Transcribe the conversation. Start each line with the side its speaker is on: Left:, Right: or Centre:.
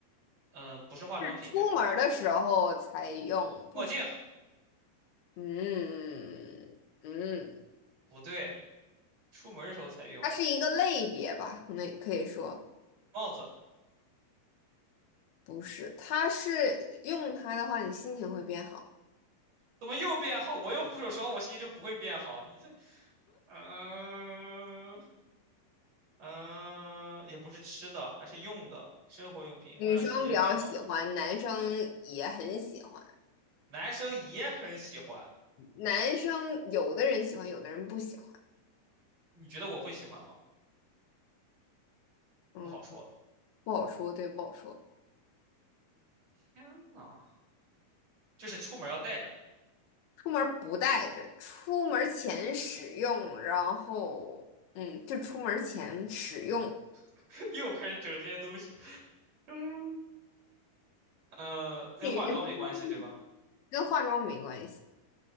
Right: 呃，不是化妆品，
Left: 出门儿的时候才用，
Right: 对吧？墨镜
Left: 不出，嗯嗯，
Right: 不对，出门的时候才用。
Left: 它是一个类别吧，那可以说
Right: 帽子
Left: 不是，它是用它的话，你心情会变好。
Right: 怎么又变好？我用护手霜，我心情就不会变好。你这，嗯、嗯、也不是吃的，还是用的，生活用品会让心情变好。
Left: 女生比较喜欢，男生也很喜欢。
Right: 男生也很喜欢，
Left: 男生有的人喜欢，有的人不喜欢。
Right: 你觉得我会喜欢吗？
Left: 嗯，
Right: 不好说。
Left: 不好说，对，不好说。
Right: 天呐，就是出门要带着，
Left: 出门不带着，出门前使用，然后，嗯，就出门前使用。
Right: <laughs> 又开始整这些东西。<laughs> 嗯，呃，跟化妆没关系，
Left: 女生的话
Right: 对吧？
Left: 跟化妆没关系，